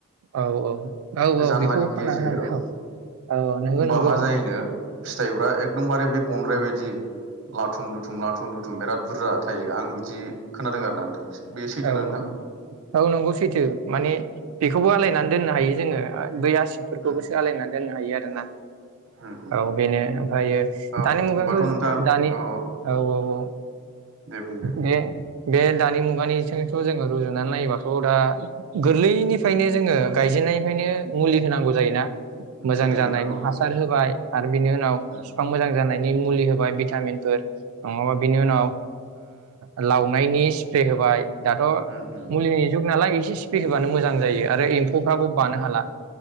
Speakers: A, on the right; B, on the right.
A: औ औ औ औ
B: जानलानि
A: बेखौबो खानना
B: गेजेराव
A: होनांगौ औ औ नोंगौ
B: होमबा
A: नंगौ
B: मा जायोनो फिथाइफ्रा एकदमबारे बे बन बायदि बिदि लाथुम लुथुम लाथुम लुथुम बिराद बुरजा थायो आं बिदि खोनादों आरो ना नोंथां बे सैथोना
A: औ
B: नोंथां
A: औ नंगौ औ नंगौ सैथो माने बेखौबो आलायनानै दोननो हायो जोङो फोरखौबोसो
B: उम
A: सलायनानै दोननो हायो आरोना
B: उम उम
A: औ बेनो ओमफ्रायो
B: औ
A: दानि मुगायावाथ'
B: होमबाथ' नोंथां
A: दानि
B: औ
A: औ औ औ
B: दे बुं दे
A: बे बे दानि मुगानि थ' जोङो रुजुनानै नायोबाथ' दा गोरलैनिफ्रायनो जोङो गायजेननायनिफ्रायनो मुलि होनांगौ जायोना मोजां
B: सैथो
A: जानायनि
B: नोंथां औ
A: हासार
B: उम
A: होबाय आरो बिनि उनाव
B: उम
A: बिफां मोजां जानायनि मुलि होबाय भिटामिनफोर नङाबा बिनि उनाव ओ लावनायनि स्प्रे होबाय दाथ'
B: उम उम
A: मुलिनि
B: उम
A: जुग नालाय एसे सि फैहोब्लानो मोजां जायो आरो फ्राबो बानो
B: उम
A: हाला